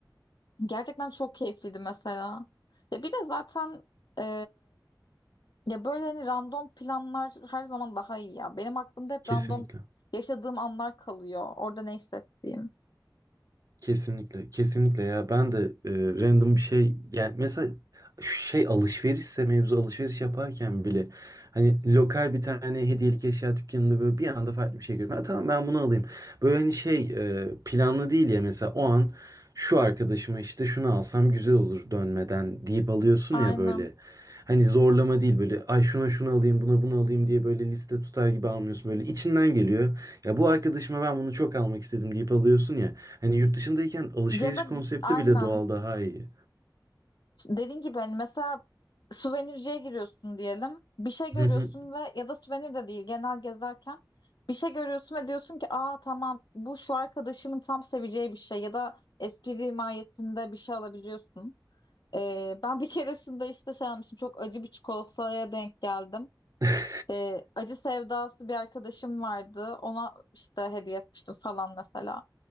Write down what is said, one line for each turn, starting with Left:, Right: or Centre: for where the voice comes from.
Left: Gerçekten çok keyifliydi mesela. Ya bir de zaten e, ya böyle hani random planlar her zaman daha iyi ya. Benim aklımda hep
Right: Kesinlikle.
Left: random yaşadığım anlar kalıyor. Orada ne hissettiğim.
Right: Kesinlikle, kesinlikle ya ben de e, random bir şey yani mesela şey alışverişse mevzu alışveriş yaparken bile hani lokal bir tane hediyelik eşya dükkanında böyle bir anda farklı bir şey görüyorum. Ha, tamam ben bunu alayım. Böyle hani şey e, planlı değil ya mesela o an şu arkadaşıma işte şunu alsam güzel olur dönmeden deyip alıyorsun
Left: Aynen.
Right: ya böyle. Hani zorlama değil böyle ay şuna şunu alayım buna bunu alayım diye böyle liste tutar gibi almıyorsun böyle içinden geliyor. Ya bu arkadaşıma ben bunu çok almak istedim deyip alıyorsun ya. Hani yurt dışındayken alışveriş
Left: Ya da
Right: konsepti
Left: aynen.
Right: bile doğal daha iyi.
Left: Dediğin gibi hani mesela suvenirciye giriyorsun diyelim. Bir şey görüyorsun
Right: Hı hı.
Left: ve ya da suvenir de değil genel gezerken bir şey görüyorsun ve diyorsun ki aa tamam bu şu arkadaşımın tam seveceği bir şey ya da espri mahiyetinde bir şey alabiliyorsun. Ee, ben bir keresinde işte şey almıştım çok acı bir çikolataya denk geldim.
Right: <laughs>
Left: Ee, acı sevdası bir arkadaşım vardı ona işte hediye etmiştim falan mesela.